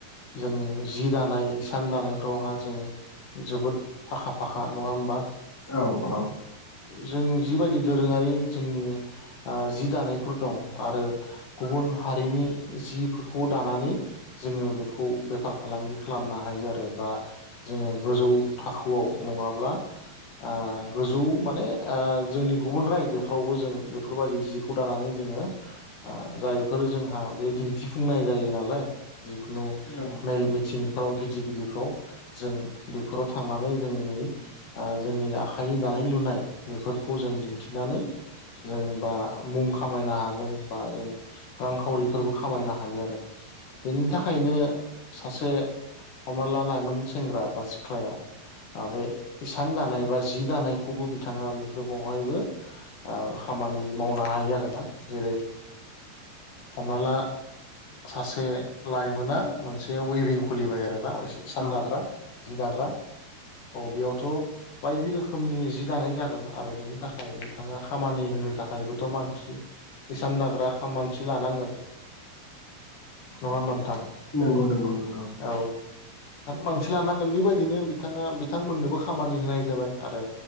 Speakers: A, on the left (about 55°); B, on the left (about 20°).
A: जों। जि दानाय इसान दानायफ्रावहा जों जोबोद आखा फाखा नङा ओमबा।
B: औ औ।
A: जों जिबायदि दोरोङारि जोंनि ओ जि दानायफोर दं। आरो गुबुन हारिनि जिफोरखौ दानानै जोङो बेखौ बेफार फालांगि खालामनो हायो आरो बा। जोङो गोजौ थाखोआव नङाब्ला ओ गोजौ माने ओ जोंनि गुबुन रायजोफ्रावबो जों बेफोरबायदि जिखौ दानानै जोङो ओ जायफोर जोंहा बे दिन्थिफुंनाय जायो नालाय। जिखुनु
B: औ
A: मेल मिथिं औ गिदि गिदिरफ्राव जों बेफोराव थांनानै जोंनि ओ जोंनि आखाइनि दानाय लुनाय। बेफोरखौ जों दिनथिनानै जों बा मुं खामायनो हागोन बा जों रांखावरिफोरबो खामायनो हायो आरो बेनि थाखायनो सासे हमना ला लाइमोन सेंग्रा बा सिख्लाया बे हिसान दानाय बा जि दानायखौबो बिथाङा बेफोर बावहायबो खामानि मावनो हायो आरोना जेरै हमना ला सासे लाइमोना मोनसे वइभिं खुलिबाय आरोना हिसान
B: औ
A: दाग्रा जि दाग्रा अ बेयावथ' बायदि रोखोमनि जि दानाय जागोन आरो बेनि थाखाय बिथाङा खामानि होनो थाखायबोथ' मानसि हिसान दाग्रा मानसि लानांगोन नङा होमबा नोंथां
B: नंगौ नंगौ नंगौ
A: औ मानसि लानांगोन बेबायदिनो बिथाङा बिथांमोननोबो खामानि होनाय जाबाय आरो